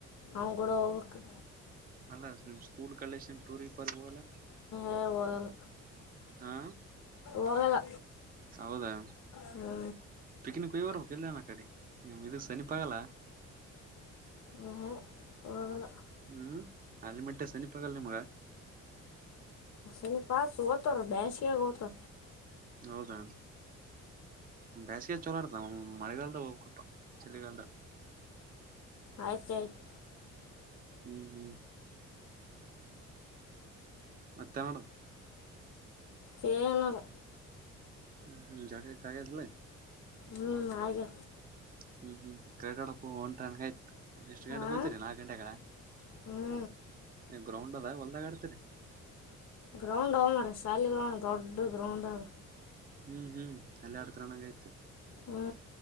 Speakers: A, on the left; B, on the right.
A: ಅವಂಗೂಡ ಹೋಗ್ಬೇಕಾ
B: ಅಲ್ಲ ನಿಮ್ ಸ್ಕೂಲ್ ಕಲ್ಲೇಶನ್ ಟೂರ್ ಇ ಪರ್ ಹೋಗಲ್ಲ.
A: ಏ ಹೋಗಲ್ಲ
B: ಹಾ
A: ಹೋಗಲ್ಲ
B: ಹೌದಾ.
A: ಹ್ಞೂ
B: ಪಿಕನಕ್ ವವರು <unintelligible> ಇಲ್ಲನ ಕಡೆ ನಿಮ್ ಇದಕ್ ಸನಿಪ ಆಗಲ್ಲ.
A: ಉಹೂಂ, ಹೋಗಲ್ಲ.
B: ಹ್ಮ್, ಅಲ್ಲಿ ಮಟ್ಟೆ ಸನಿ ಪಗಲ್ಲ ನಿಮಗ.
A: ಅಯ್ಯಪ್ಪಾ ಸೋತರು ಬ್ಯಾಸಿಗೆ ಹೋತು
B: ಹೌದಾ ಬ್ಯಾಸ್ಗೆ ಚಲೋ ಆಡ್ತನ ಅವ. ಮಳೆಗಾಲದ ಹೋಗ್ಬೇಕಪ್ಪ, ಚಳಿಗಾಲದ
A: ಆಯ್ತ್ ಆಯ್ತ್
B: ಹ್ಮ್ ಹ್ಮ್ ಮತ್ ಯಾವ್ದು?
A: ನ <unintelligible>
B: ಹ್ಮ ಹ್ಮ್ ಜಾಗೈ ಕಾಯದಿಲ್ಲೆ?
A: ಹ್ಮ್ ಹಾಗೆ
B: ಹ್ಮ್ ಹ್ಮ್ ಕಡಕ ಹ ಒಂಟ ಆ್ತು. <unintelligible> ಎಷ್ಟು ಗಂಟೆಗ್
A: ಹಾಂ
B: ಕೂತಿರಿ, ನಾಲ್ಕು ಗಂಟೆಗ? <unintelligible>
A: ಹ್ಞೂ
B: ಗ್ರೌಂಡ್ ಅದ ಹೊಲ್ದಾಗ ಆಡತಿರಿ?
A: ಗ್ರೌಂಡ್ ಅವೆ ಮಾರ್ರೆ, ಸಾಲಿನಾಗ್ ದೊಡ್ಡ ಗ್ರೌಂಡ ಅವ.
B: ಹ್ಮ್ ಹ್ಮ್, ಅಲ್ಲೇ ಆಡ್ತೀರನ್ನಂಗ್ ಆಯ್ತು.
A: ಹ್ಞೂ